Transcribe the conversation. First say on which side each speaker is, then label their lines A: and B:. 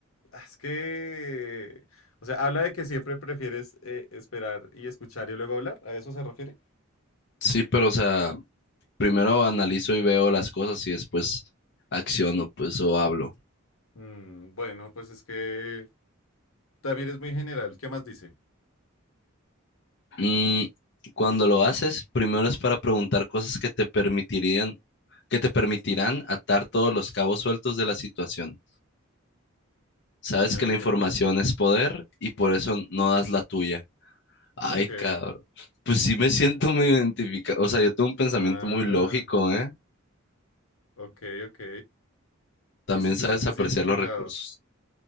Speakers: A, on the left; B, on the left.
A: ah, es que, o sea, habla de que siempre prefieres eh, esperar y escuchar y luego hablar. ¿A eso se refiere?
B: Sí, pero o sea, primero analizo y veo las cosas y después acciono, pues, o hablo.
A: Mm, bueno, pues es que también es muy general. ¿Qué más dice?
B: Mm, cuando lo haces, primero es para preguntar cosas que te permitirían, que te permitirán atar todos los cabos sueltos de la situación. Sabes
A: No
B: que
A: entiendo.
B: la información es poder y por eso no das la tuya. Ay,
A: Ok.
B: cabrón. Pues sí me siento muy identificado. O sea, yo tengo un pensamiento
A: Ah,
B: muy lógico, ¿eh?
A: ok, ok.
B: También
A: ¿Y si te
B: sabes
A: sientes
B: apreciar
A: identificado?
B: los recursos.